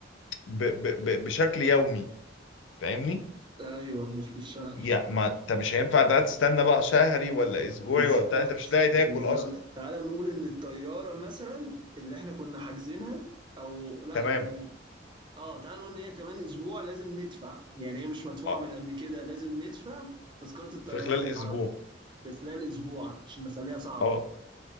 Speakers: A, on the left; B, on the right.
A: ب- ب- ب- بشكل يومي فاهمني؟
B: ايوه مش بالشهر
A: يعني ما انت مش هينفع ده تستنى بقى شهري ولا
B: بالظبط
A: اسبوعي ولا بتاع انت مش هتلاقي
B: بالظبط
A: تاكل اصلا
B: تعال نقول ان الطياره مثلا اللي احنا كنا حاجزينها او لا
A: تمام
B: يعني اه تعال نقول ان هي كمان اسبوع لازم ندفع يعني هي مش مدفوعه
A: اه
B: من قبل كده لازم ندفع تذكره الطيران
A: في خلال
B: للعوده
A: اسبوع
B: في خلال اسبوع عشان نخليها صعبه
A: اه